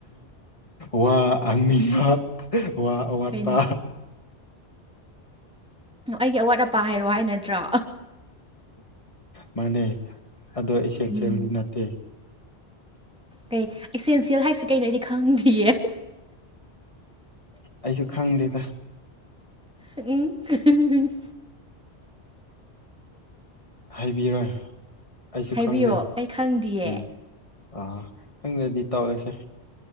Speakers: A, on the left; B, in the centre.
A: ꯋꯥ ꯍꯪꯅꯤꯡꯕ ꯋꯥ ꯑꯋꯥꯠꯄ
B: ꯀꯩꯅꯣ ꯑꯩꯒꯤ ꯑꯋꯥꯠ ꯑꯄꯥ ꯍꯥꯏꯔꯣꯑꯣ ꯍꯥꯏ ꯅꯠꯇ꯭ꯔꯣ
A: ꯃꯥꯅꯦ ꯑꯗꯣ ꯑꯦꯁꯦꯟꯁꯤꯌꯦꯜꯗꯤ
B: ꯎꯝ
A: ꯅꯠꯇꯦ
B: ꯀꯩ ꯏꯁꯦꯟꯁꯤꯌꯦꯜ ꯍꯥꯏꯁꯤ ꯀꯩꯅꯣ ꯑꯩꯗꯤ ꯈꯪꯗꯤꯌꯦ
A: ꯑꯩꯖꯨ ꯈꯪꯗꯦꯗ
B: ꯎꯝ
A: ꯍꯥꯏꯕꯤꯔꯣꯢ ꯑꯩꯁꯨ
B: ꯍꯥꯏꯕꯤꯌꯣ
A: ꯈꯪꯗꯦ
B: ꯑꯩ ꯈꯪꯗꯤꯌꯦ
A: ꯎꯝ ꯑꯥ ꯈꯪꯗꯗꯤ ꯇꯧꯑꯁꯦ